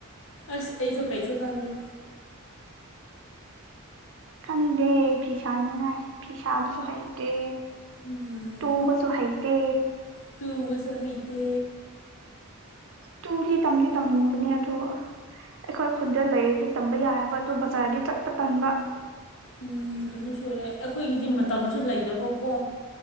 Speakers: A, on the left; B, on the right.
A: ꯑꯁ ꯑꯩꯁꯨ ꯀꯩꯁꯨ ꯈꯪꯗꯦ
B: ꯈꯪꯗꯦ ꯐꯤ ꯁꯥꯅꯤꯡꯉꯥꯏ ꯐꯤ ꯁꯥꯕꯁꯨ ꯍꯩꯇꯦ
A: ꯎꯝ
B: ꯇꯨꯕꯁꯨ ꯍꯩꯇꯦ
A: ꯇꯨꯕꯁꯨ ꯍꯩꯇꯦ
B: ꯇꯨꯗꯤ ꯇꯝꯗꯤ ꯇꯝꯅꯤꯡꯕꯅꯦ ꯑꯗꯣ ꯑꯩꯈꯣꯏ ꯈꯨꯟꯗ ꯂꯩꯔꯗꯤ ꯇꯝꯕ ꯌꯥꯏꯑꯕ ꯑꯗꯣ ꯕꯖꯥꯔꯗꯤ ꯆꯠꯄ ꯇꯟꯕ
A: ꯎꯝ ꯑꯗꯨꯁꯨ ꯑꯣꯏꯌꯦ ꯑꯩꯈꯣꯏꯒꯤꯗꯤ ꯃꯇꯝꯁꯨ ꯂꯩꯗꯕꯀꯣ